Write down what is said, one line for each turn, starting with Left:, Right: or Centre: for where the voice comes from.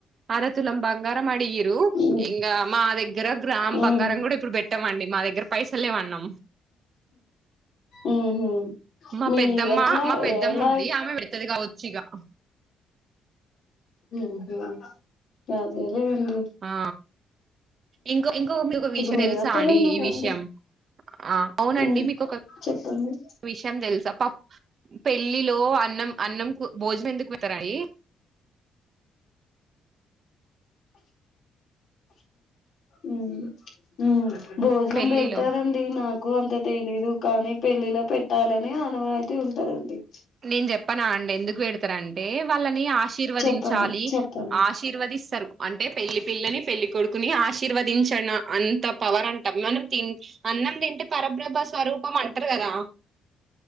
Right: అరతులం బంగారం అడిగి ఇరు.
Left: ఉమ్
Right: ఇంకా మా దగ్గర గ్రామ్
Left: ఉమ్
Right: బంగారం కూడా ఇప్పుడు పెట్టమండి. మా దగ్గర పైసలేమన్నాం.
Left: ఉహు
Right: మా
Left: మీ
Right: పెద్దమ్మ
Left: ఎట్లా
Right: మా పెద్దమ్మ
Left: ఎలా
Right: ఉంటది ఆమె పెడతది కావచ్చు చిగా
Left: మ్మ్ హూ అదే ఇ వెండు
Right: ఆ ఇంకో ఇంకొక మీకు ఒక విషయం
Left: మేనత్తలు
Right: తెలుసా అండి.
Left: ఉన్నారా
Right: ఈ విషయం
Left: అండి
Right: అ అవునండి.
Left: ఉమ్
Right: మీకొక
Left: చెప్పండి
Right: విషయం తెలుసా ప పెళ్ళిలో అన్నం అన్నం కూ భోజనం ఎందుకు పెత్తరయి
Left: ఉ ఉ భోజనం
Right: పెళ్ళిలో
Left: పెడతారండి నాకు అంత తెలీదు కానీ పెళ్ళిలో పెట్టాలని ఆనవాయితీ ఉంటదండి.
Right: నేను చెప్పనా అండి ఎందుకు పెడతార అం అంటే వాళ్ళని ఆశీర్వదించాలి.
Left: చెప్పండి చెప్పండి
Right: ఆశీర్వదిస్తారు. అంటే పెళ్లి పిల్లని పెళ్లి కొడుకుని ఆశీర్వదించన అంత పవర్ అన్ మనం తిన్ అన్నం తింటే పరబ్రహ్మ స్వరూపం అంటరు కదా